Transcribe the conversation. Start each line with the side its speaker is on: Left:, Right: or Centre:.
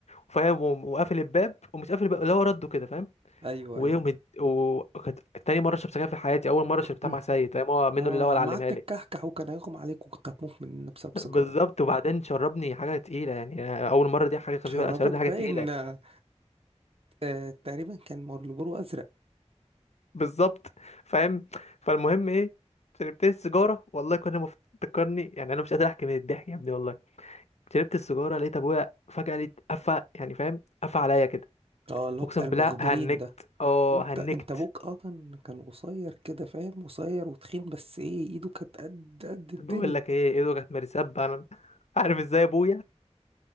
Left: وفاهم وم- وقافل الباب ومش قافل الباب اللي هو رده كده فاهم
Right: ايوه
Left: ويوم
Right: ايوه
Left: هد... وكانت تاني مرة شربت سجاير في حياتي أول مرة
Right: <clears throat>
Left: شربتها مع سيد فاهم هو منه
Right: اه
Left: اللي هو اللي
Right: عم
Left: علمها
Right: قعدت
Left: لي
Right: تكحكح وكان هيغم عليك وكنت هتموت مننا بسبب
Left: <laughs>
Right: سيجارة
Left: بالظبط وبعدين شربني حاجة تقيلة يعني أول مرة دي حاجة خفيفة
Right: شربك
Left: لا شربني حاجة
Right: باين
Left: تقيلة
Right: آه، آه، تقريبا كان مارلبورو ازرق
Left: بالظبط فاهم فالمهم إيه شربت السيجارة والله كنا مف- تفكرني يعني أنا مش قادر أحكي من الضحك يا ابني والله شربت السيجارة لقيت أبويا فجأة لقيت قفا يعني فاهم قفا عليا كده
Right: اه اللي هو
Left: أقسم
Right: بتاع المخبرين
Left: بالله هنكت
Right: ده
Left: أه
Right: وانت
Left: هنكت
Right: انت ابوك اه كان كان قصير كده فاهم قصير وتخين بس ايه ايده كانت قد قد الدنيا
Left: بقول لك إيه إيده كانت مرسبة أنا <laughs> عارف إزاي أبويا